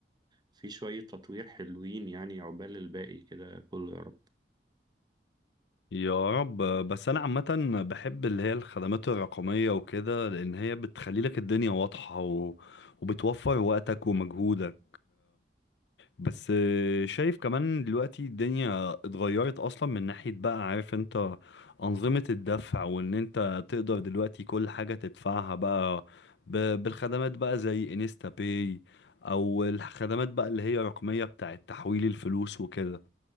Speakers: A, on the right; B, on the left.
A: في شوية تطوير حلوين يعني عقبال الباقي كده كله يا رب
B: يا رب بس انا عامة بحب اللي هي الخدمات الرقمية وكده لان هي بتخلي لك الدنيا واضحة و... وبتوفر وقتك ومجهودك بس آه، شايف كمان دلوقتي الدنيا اتغيرت اصلا من ناحية بقى عارف انت انظمة الدفع وان انت تقدر دلوقتي كل حاجة تدفعها بقى ب- بالخدمات بقى زي انستا باي او الخدمات بقى اللي هي رقمية بتاعة تحويل الفلوس وكده